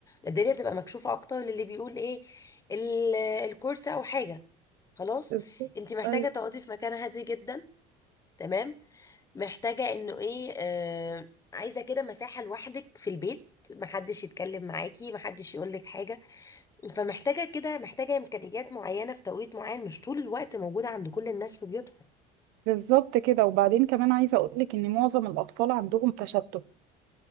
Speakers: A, on the left; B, on the right.
A: الدنيا تبقى مكشوفة اكتر للي بيقول ايه ال- الكورس او حاجة خلاص
B: بالظبط.
A: انت محتاجة
B: أيوة.
A: تقعدي في مكان هادي جدا تمام محتاجة انه ايه آه عايزة كده مساحة لوحدك في البيت محدش يتكلم معاكي محدش يقولك حاجة فمحتاجة كده محتاجة إمكانيات معينة في توقيت معين مش طول الوقت موجودة عند كل الناس في بيوتها
B: بالظبط كده وبعدين كمان عايزه اقول لك ان معظم الاطفال عندهم تشتت